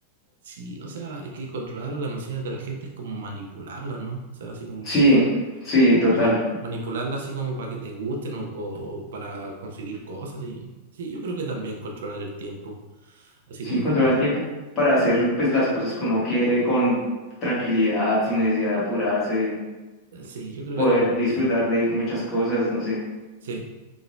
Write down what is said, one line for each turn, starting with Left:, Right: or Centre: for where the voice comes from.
Right: sí, o sea, es que controlar las emociones de la gente es como manipularlas, ¿no? O sea, así como
Left: Sí, sí, total.
Right: mani- manipularlas así como para que te gusten o, o- o para conseguir cosas. Y, sí, yo creo que también controlar el tiempo. Así
Left: Sí,
Right: como,
Left: controlar el tiempo para hacer pues, las cosas que uno quiere con tranquilidad, sin necesidad de apurarse,
Right: eh, sí, yo creo
Left: poder
Right: que también
Left: disfrutar
Right: lo dijo.
Left: de muchas cosas, no sé.
Right: Sí.